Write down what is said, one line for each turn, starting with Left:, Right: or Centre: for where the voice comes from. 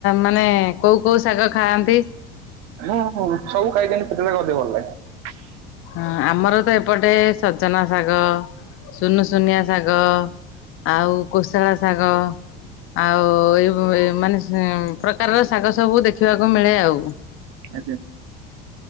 Left: ମାନେ କୋଉ କୋଉ ଶାଗ ଖାଆନ୍ତି?
Right: ହୁଁ ହୁଁ ସବୁ ଖାଇକି ନି <unintelligible> ଅଧିକ ଭଲ ଲଗେ।
Left: ହଁ ଆମର ତ ଏପଟେ ସଜନା ଶାଗ, ସୁନୁ ସୁନିଆ ଶାଗ ଆଉ କୋଶଳା ଶାଗ ଆଉ ଏଇ ମାନେ ପ୍ରକାରର ଶାଗ ସବୁ ଦେଖିବାକୁ ମିଳେ ଆଉ
Right: ଆଚ୍ଛା।